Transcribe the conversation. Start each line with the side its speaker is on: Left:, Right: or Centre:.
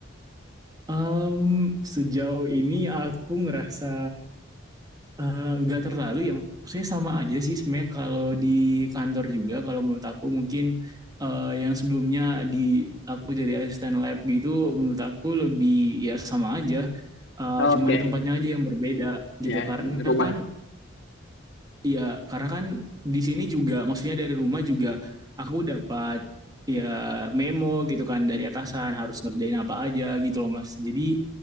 Right: ah, sejauh ini aku ngerasa Eee, nggak terlalu ya, maksudnya sama aja sih sebenarnya kalau di kantor juga kalau menurut aku mungkin, eee, yang sebelumnya di aku jadi asisten lab gitu menurut aku lebih ya sama aja, eee,
Left: <laughs> Oke,
Right: cuman tempatnya aja yang berbeda gitu
Left: ya
Right: karena
Left: rumah.
Right: kan ya karena kan di sini juga maksudnya dari rumah juga aku dapat ya memo gitu kan dari atasan harus ngerjain apa aja gitu loh Mas. Jadi,